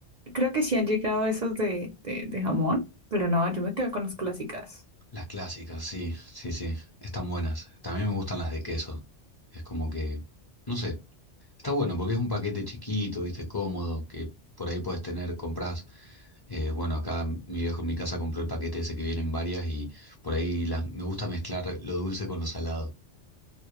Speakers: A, on the right; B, on the left.
A: Creo que sí han llegado esos de, de, de jamón, pero no, yo me quedo con las clásicas.
B: Las clásicas, sí, sí, sí. Están buenas. También me gustan las de queso. Es como que, no sé, está bueno porque es un paquete chiquito, viste, cómodo, que por ahí podés tener, compras. eh, bueno, acá mi viejo en mi casa compró el paquete ese que vienen varias y por ahí las, me gusta mezclar lo dulce con lo salado.